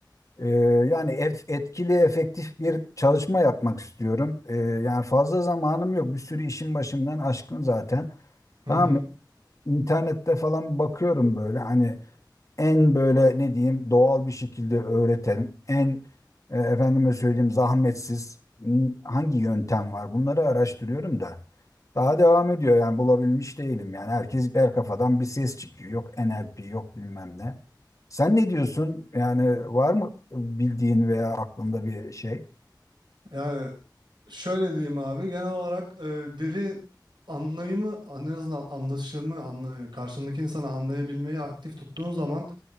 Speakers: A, on the left; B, on the right.
A: Ee, yani ef- etkili efektif bir çalışma yapmak istiyorum. Ee, yani fazla zamanım yok bir sürü işin başımdan aşkın zaten.
B: Hı
A: Tamam
B: hı.
A: mı? İnternette falan bakıyorum böyle hani en böyle ne diyeyim doğal bir şekilde öğreten, en e, efendime söyleyeyim zahmetsiz n- hangi yöntem var? Bunları araştırıyorum da. Daha devam ediyor yani bulabilmiş değilim yani herkes her kafadan bir ses çıkıyor. Yok NLP yok bilmem ne. Sen ne diyorsun? Yani var mı bildiğin veya aklında bir şey?
B: Yani şöyle diyeyim abi genel olarak e, dili anlayımı en azından anlaşımı anla, karşındaki insanı anlayabilmeyi aktif tuttuğun zaman